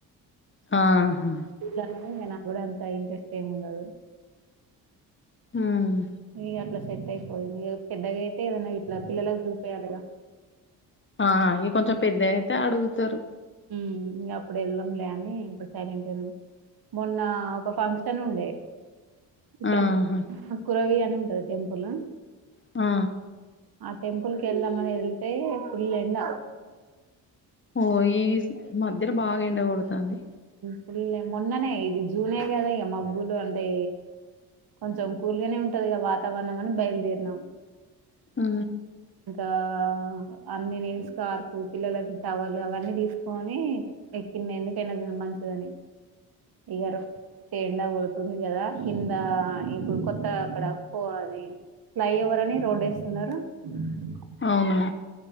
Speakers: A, on the left (about 25°); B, on the right (about 55°).
A: ఆహా
B: గుడ్లనడం నాకూడా అంత ఇంట్రెస్ట్ ఏమి ఉండదు.
A: ఉమ్
B: ఇ అట్లా సెట్ అయిపోయింది పెద్దగాయితే ఏమైనా ఇట్లా పిల్లలకు చూపీయాలిగా.
A: ఆ ఇంకొంచెం పెద్ద అయితే అడుగుతారు.
B: ఉమ్ ఇంగ అప్పుడెళ్ళం లే అని ఇప్పుడు సైలెంట్గానే. మొన్న ఒక ఫంక్షన్ ఉండే. ఇక్కడ
A: ఆహా
B: కురవి అని ఉంటది టెంపుల్.
A: ఆ.
B: ఆ టెంపుల్ కి వెళ్దామని వెళ్తే ఫుల్ ఎండ.
A: ఓ ఈ మధ్యలో బాగా ఎండకొడుతాంది.
B: పుల్ మొన్ననే ఇది జూనే ఏం కదా మబ్బులు అంటే. కొంచెం కూల్గానే ఉంటదిగ వాతావరణం అని బయలుదేరినాం.
A: ఆ.
B: ఇంకా అన్ని స్కార్ఫ పిల్లలకు టవళ్లు అవన్నీ తీసుకోని. ఎక్కింది ఎందుకైనా మంచిదని ఇగారు. అంటే ఎండ కొడుతుంది కదా కింద ఇప్పుడు కొత్త అక్కడ ప్పు అది. ఫ్లై ఓవర్ అని రోడేస్తున్నరు. ఉ <inaudible>
A: అవునా.